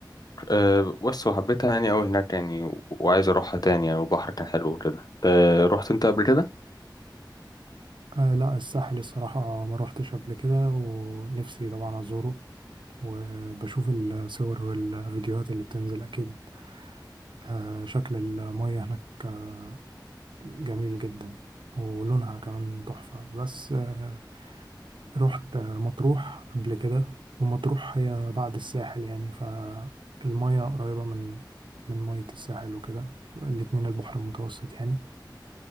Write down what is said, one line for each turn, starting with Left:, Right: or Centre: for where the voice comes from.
Left: أه بس وحبيتها يعني اوي هناك يعني و- وعايز اروحها تاني يعني والبحر كان حلو وكده انت رحت انت قبل كده؟
Right: آه لا الساحل الصراحة ما روحتش قبل كده ونفسي طبعا أزوره وبشوف الصور والفيديوهات اللي بتنزل أكيد آه شكل المية هناك آه، جميل جدا ولونها كمان تحفة بس آه رحت آه، مطروح قبل كده ومطروح هي بعد الساحل يعني فالمية قريبة من من مية الساحل وكده الاتنين البحر المتوسط يعني